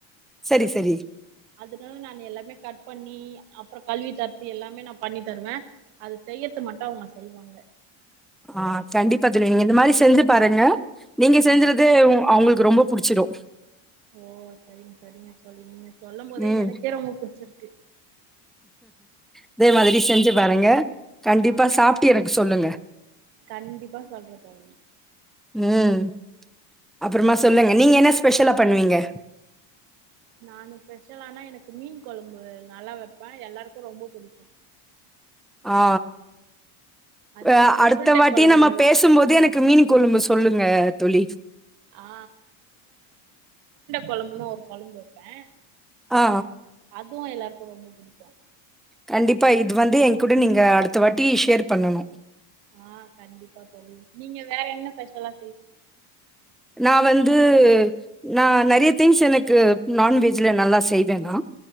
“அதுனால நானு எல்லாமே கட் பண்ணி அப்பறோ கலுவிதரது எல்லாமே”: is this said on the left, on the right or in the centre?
Right